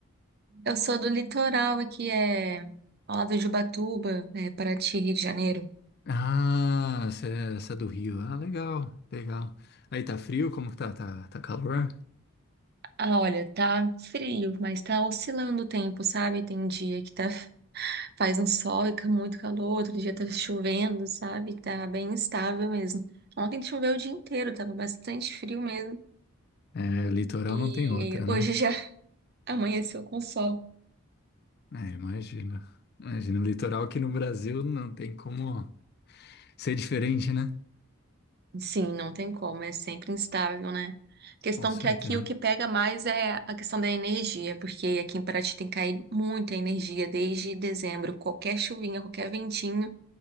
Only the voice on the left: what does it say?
Ah, você é, você é do Rio. Ah, legal, legal. Aí tá frio? Como que tá? Tá, tá calor?
É, litoral
não tem outra, né?
É, imagina. Imagina, o litoral aqui no Brasil não tem como ser diferente, né?
Com certeza.